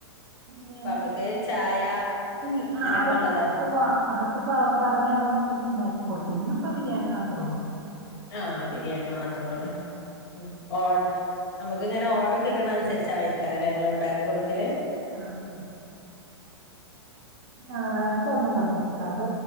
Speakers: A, on the right; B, on the left.
A: ബിരിയാണി
B: ഇപ്പമുക്ക് ചായ
A: ഇല്ല
B: അങ്ങനെയൊക്കെയുള്ളതാ
A: ആ അതൊക്കെ ഉവ്വ അതൊക്കെ പറഞ്ഞാ അതനുസരിച്ച് ഉണ്ടാക്കി കൊടുക്കും ഇന്നിപ്പോ ബിരിയാണി മാത്രേ ഉള്ളൂ
B: ആഹ് ബിരിയാണി മാത്രമുള്ളൂ ഉം ഓ നമുക്ക് ഇങ്ങനെ ഓർഡർ കിട്ടണ അനുസരിച്ചായിരിക്കാരല്ലേ ഇങ്ങള് ഉണ്ടാക്കി കൊടുക്കല്
A: ആഹ് <unintelligible> ഞായറാഴ്ച ഒന്നും പറഞ്ഞിട്ടുണ്ട് അത്